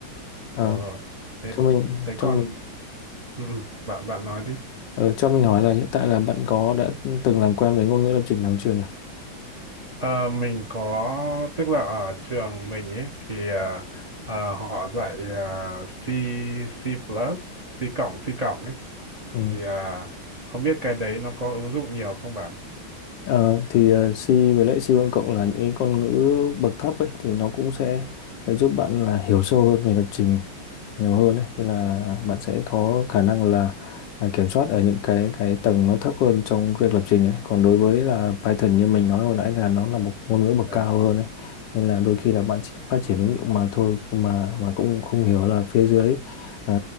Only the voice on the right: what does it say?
đúng rồi thế
thế
còn
ừ, ừ, bạn bạn nói đi
Ờ, mình có tức là ở trường mình ấy thì ờ, ờ, họ dạy ờ, C C plus C cộng C cộng ấy
thì à, không biết cái đấy nó có ứng dụng nhiều không bạn
Ờ,